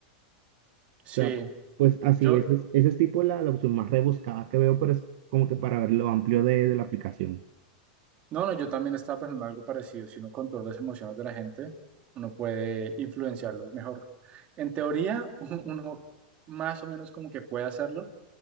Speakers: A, on the right (about 30°); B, on the right (about 55°).
A: sí.
B: O sea, pues así,
A: Yo,
B: ese es, ese es tipo la, la opción más rebuscada que veo, pero es como que para ver lo amplio de, de la aplicación.
A: no, no, yo también estaba pensando algo parecido. Si uno controla las emociones de la gente, uno puede influenciarlos mejor. En teoría, <laughs> uno más o menos como que puede hacerlo,